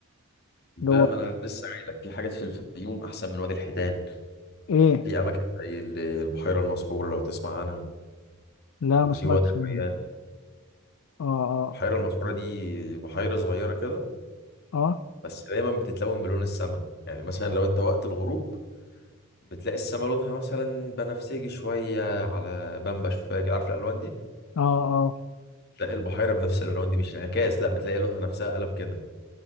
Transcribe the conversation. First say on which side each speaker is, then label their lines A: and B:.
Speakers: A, on the left (about 45°); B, on the left (about 70°).
A: بقى
B: اللي هو
A: ما أنا لسه قايل لك في حاجات في الفيوم أحسن من وادي الحيتان
B: ايه
A: في أماكن زي ال- البحيرة المسحورة لو تسمع عنها
B: لا
A: وفي
B: ما سمعتش
A: وادي الريان
B: منه. اه اه
A: البحيرة المسحورة دي بحيرة صغيرة كده
B: اه
A: بس دايما بتتلون بلون السماء يعني مثلا لو أنت وقت الغروب بتلاقي السما لونها مثلا بنفسجي شوية على بامبا شوية كده عارف الألوان دي
B: اه اه
A: بتلاقي البحيرة بنفس الألوان دي مش انعكاس لا بتلاقي لونها نفسها قلب كده